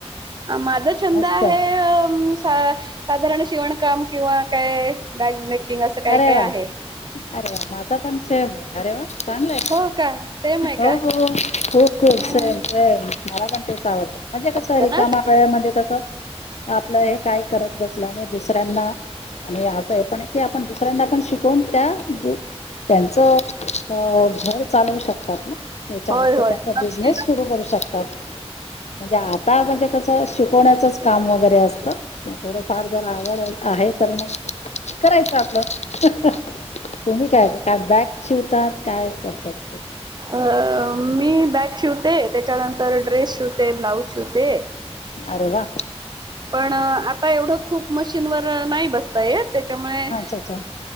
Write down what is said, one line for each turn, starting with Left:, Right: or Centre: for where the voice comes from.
Right: माझा छंद
Left: मस्त
Right: आहे, <unintelligible> साधारण शिवणकाम किंवा काय बॅगस मेकिंग असं
Left: अरे
Right: काय काय
Left: वा
Right: आहे.
Left: अरे वा माझा पण सेम आहे अरे वा. चांगलंय
Right: हो का सेम आहे
Left: हो
Right: का
Left: हो खूप खूप
Right: हा,
Left: सेम सेम मला पण तेच आवडत, म्हणजे
Right: मस्त
Left: कसं रिकामा
Right: हा?
Left: वेळेमध्ये कसं आपलं हे काय करत बसला आणि दुसऱ्यांना आणि असं हे पण की पण दुसऱ्यांना आपण शिकवून त्या त्यांचं अ घर चालवू शकतात ना? याच्यावर
Right: होय होय
Left: त्यांचा
Right: नक्की
Left: बिझनेस
Right: नक्की.
Left: सुरू करू शकतात, म्हणजे आता म्हणजे कस शिकवण्याचच काम वगैरे असतं थोडं फार जर आवड आहे तर मग करायचं तुम्ही काय काय बॅग चिवतात काय करतात?
Right: अ मी बॅग शिवते त्याच्यानंतर ड्रेस शिवते ब्लाउज शिवते.
Left: अरे वा
Right: पण आता एवढं खूप मशीनवर नाही बसता येत. त्याच्यामुळे
Left: अच्छा अच्छा